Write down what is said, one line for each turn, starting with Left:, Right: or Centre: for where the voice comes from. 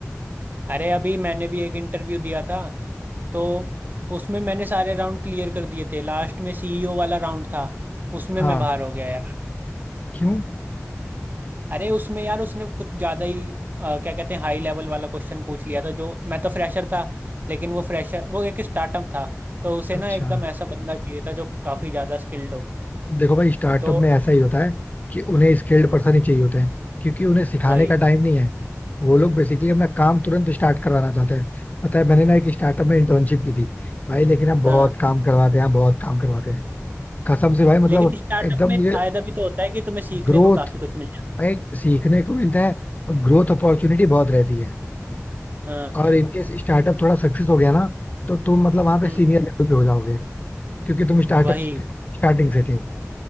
Right: अरे अभी मैंने भी एक इंटरव्यू दिया था तो उसमें मैंने सारे राउंड क्लियर कर दिए थे लास्ट में सीईओ वाला राउंड था उसमें
Left: हाँ
Right: मैं बाहर हो गया यार
Left: क्यों
Right: अरे उसमें यार उसने कुछ ज़्यादा ही अ, क्या कहते हैं हाई लेवल वाला क्वेश्चन पूछ लिया था जो मैं तो फ्रेशर था लेकिन वो फ्रेशर वो एक स्टार्टअप था तो उसे ना
Left: अच्छा
Right: एकदम ऐसा बंदा चाहिए था जो काफ़ी ज़्यादा स्किल्ड हो
Left: देखो भाई स्टार्टअप
Right: तो
Left: में ऐसा ही होता है कि उन्हें स्किल्ड पर्सन ही चाहिए होते हैं क्योंकि उन्हें सिखाने
Right: वही
Left: का टाइम नहीं है वो लोग बेसिकली अपना काम तुरंत स्टार्ट करवाना चाहते हैं पता है मैंने ना एक स्टार्टअप में इंटर्नशिप की थी भाई लेकिन आप
Right: हाँ
Left: बहुत काम करवाते हैं बहुत काम करवाते हैं कसम से भाई मतलब
Right: लेकिन स्टार्टअप
Left: एकदम
Right: में
Left: मुझे
Right: फ़ायदा भी तो होता है कि तुम्हें सीखने
Left: ग्रोथ
Right: को काफ़ी कुछ मिल
Left: भाई सीखने को मिलता है और ग्रोथ अपॉर्चुनिटी बहुत रहती है
Right: जाता है
Left: और
Right: हाँ हाँ,
Left: इनकेस स्टार्टअप थोड़ा सक्सेस हो गया ना तो तुम मतलब वहां पे
Right: हम्म,
Left: सीनियर लेवल पे हो जाओगे क्योंकि तुम स्टार्टअप
Right: वही
Left: स्टार्टिंग से थे